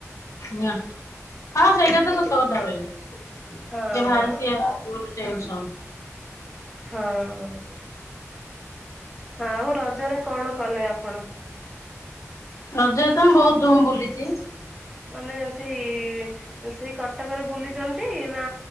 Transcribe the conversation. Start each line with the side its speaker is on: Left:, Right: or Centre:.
Left: ନା ହଁ ସେଇଟା ତ ସତ କଥା କହିଲେ। ସିଏ
Centre: ହଁ
Left: ବାହାରି
Centre: ହଁ
Left: ସିଏ ଆଉ ଗୋଟେ ଟେନସନ୍।
Centre: ହଁ। ଆଉ ରଜରେ କଣ କଲେ ଆପଣ?
Left: ରଜ ରେ ତ ମୁଁ ବୋହୁତ୍ ଧୁମ୍ ବୁଲିଚି।
Centre: ମାନେ ସେଇ ସେଇ କଟକରେ ବୁଲିଚନ୍ତି ନା